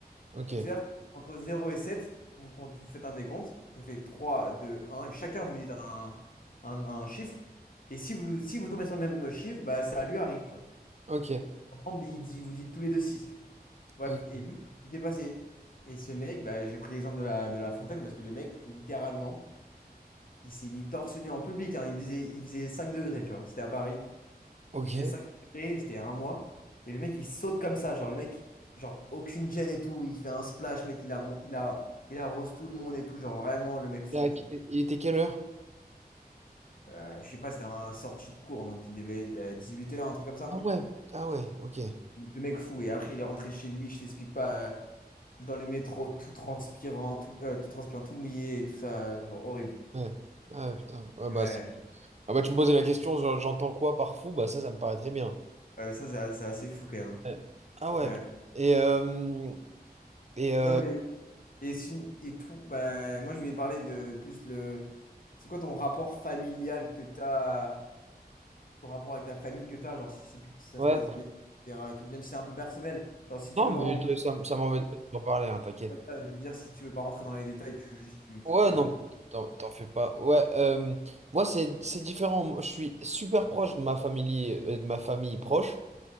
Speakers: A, on the right; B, on the left.
A: ok.
B: Donc, c'est-à-dire qu'entre zéro et 7 vous, compte- vous faites un décompte, vous faites trois deux un et chacun vous dit un, un, un chiffre. Et si vous, si vous tombez sur le même chiffre, bah, ça lui arrive, tu vois.
A: Ok.
B: Ensemble, il dit, vous dites tous les deux six Bref,
A: Ok.
B: et lui, il s'est passé. Et ce mec, bah, j'ai pris l'exemple de la, de la fontaine parce que le mec, littéralement, il s'est mis torse nu en public. hein. Il faisait, il faisait 5 degrés, tu vois. C'était à Paris.
A: Ok.
B: Il faisait 5 degrés, c'était un mois. Et le mec, il saute comme ça. Genre, le mec, genre, aucune gêne et tout. Il fait un splash, mec, il, arron- il, a, il arrose tout le monde et tout. Genre, vraiment, le mec fou,
A: Là,
B: tu vois.
A: Il était quelle heure?
B: Euh, je sais pas, c'était un sorti de cours, donc il devait être à huit heures un truc comme ça.
A: Ah ouais. Ah ouais. Ok.
B: Le mec fou. Et après, il est rentré chez lui, je t'explique pas. euh, dans le métro, tout transpirant, tout, euh, tout transpirant, tout mouillé, et tout ça, euh, genre horrible.
A: Ouais. Ah putain. Ouais,
B: Ouais,
A: bah, Ah bah tu me posais la question, je- j'entends quoi par fou? Bah ça, ça me paraît très bien.
B: Euh, ça c'est c'est assez fou quand même.
A: Ouais. Ah ouais.
B: hein. Ouais.
A: Et, euh, et euh,
B: Non mais et si- et tout, bah, moi je voulais parler de plus le, c'est quoi ton rapport familial que t'as, ton rapport avec ta famille que t'as, genre si, si ça
A: ouais.
B: se passe bien, etc. et tout, même si c'est un peu personnel. Genre si tu
A: Non,
B: veux
A: mais
B: vraiment,
A: te- ça, ça m'embête pas de t'en parler, hein, t'inquiète.
B: Ouais, ça, je veux dire si tu veux pas rentrer dans les détails, tu juste tu, tu
A: Ouais,
B: fais.
A: non,
B: euh,
A: mais t'en t'en fais pas. Ouais, euh, moi c'est c'est différent. Moi, Je suis super proche de ma famille, euh, de ma famille proche.